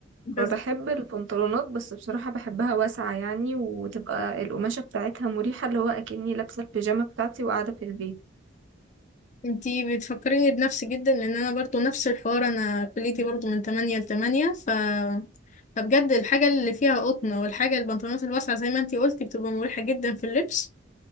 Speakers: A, on the left (about 35°); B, on the right (about 70°).
A: بس
B: فبحب البنطلونات بس بصراحة بحبها واسعة يعني وتبقى القماشة بتاعتها مريحة اللي هو أكني لابسة البيجامة بتاعتي وقاعدة في البيت
A: انتي بتفكريني بنفسي جدا لان انا برضو نفس الحوار انا كليتي برضو من 8 ل 8 ف فبجد الحاجة اللي فيها قطنة والحاجة البنطلونات الواسعة زي ما انتي قلتي بتبقى مريحة جدا في اللبس